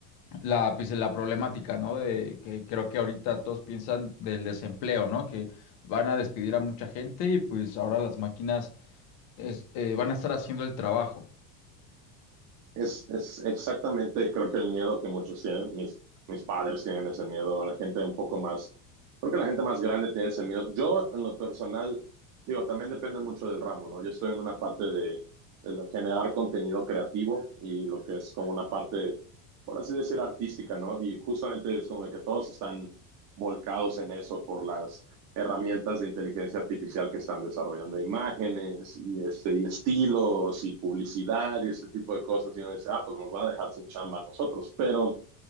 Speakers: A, on the left; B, on the right.
A: la, pues, la problemática, ¿no? De que creo que ahorita todos piensan del desempleo, ¿no? Que van a despedir a mucha gente y pues ahora las máquinas es- eh, van a estar haciendo el trabajo.
B: Es, es exactamente, creo que el miedo que muchos tienen, mis, mis padres tienen ese miedo, la gente un poco más, creo que la gente más grande tiene ese miedo. Yo, en lo personal, digo, también depende mucho del ramo, ¿no? Yo estoy en una parte de, de lo- generar contenido creativo y lo que es como una parte, por así decir, artística, ¿no? Y justamente es como de que todos están volcados en eso por las herramientas de inteligencia artificial que están desarrollando imágenes y, este, y estilos y publicidad y este tipo de cosas. Y uno dice, ah, pues nos van a dejar sin chamba a nosotros. Pero